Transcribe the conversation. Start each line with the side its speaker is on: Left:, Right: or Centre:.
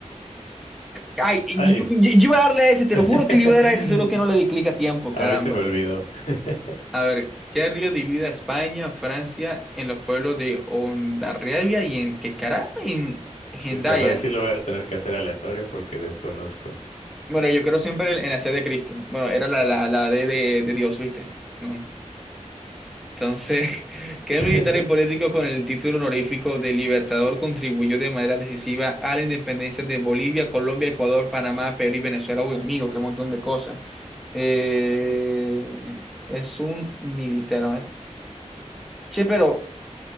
Centre: Ay, y-
Left: Ay,
Centre: y- y- yo, iba a darle a ese,
Left: <laughs>
Centre: te
Left: a
Centre: lo juro que le iba a dar a ese, solo que no le di clic a tiempo, caramba.
Left: mí se me olvidó. <laughs>
Centre: A ver, ¿qué río divide a España, Francia, en los pueblos de Hondarribia y en qué caramba? En Hendaya.
Left: Chispas, ahí sí lo voy a tener que hacer aleatorio porque desconozco.
Centre: Bueno, yo creo siempre en, en la sed de Cristo. Bueno, era la, la, la D de, de Dios, ¿viste? No. Entonces, <laughs> ¿qué
Left: <laughs>
Centre: militar y político con el título honorífico de Libertador contribuyó de manera decisiva a la independencia de Bolivia, Colombia, Ecuador, Panamá, Perú y Venezuela? Uy, amigo, qué montón de cosas. Eh, es un militar. a ver. Che, pero,